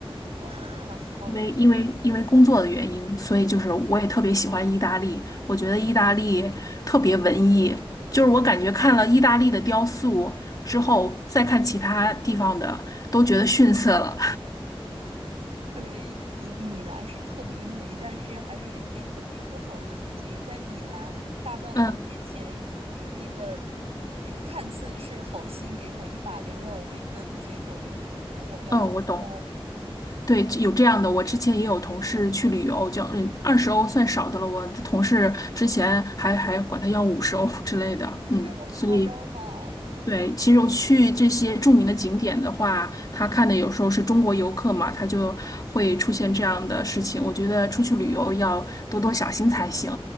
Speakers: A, on the right; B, on the left.
A: 哇，好
B: 因为因为因为工作的原因，所以就是我也特别喜欢意大利。我觉得意大利特别文艺，就是我感觉看了意大利的雕塑之后，再看其他地方的，都觉得逊色了。
A: 对，米米兰是特别美，但是还有一件特别不好的事情，在米兰大教堂面前有那个，
B: <laughs> 嗯
A: 嗯，看似是好心给我一把粮让我喂鸽子，结果就问我要二十欧，
B: 嗯，我懂。对，有这样的。我之前也有同事去旅游，叫嗯二十欧算少的了。我的同事之前还还管他要五十欧之类的。嗯，
A: 这么夸张吗？
B: 所以对，其实我去这些著名的景点的话，他看的有时候是中国游客嘛，他就会出现这样的事情。我觉得出去旅游要多多小心才行。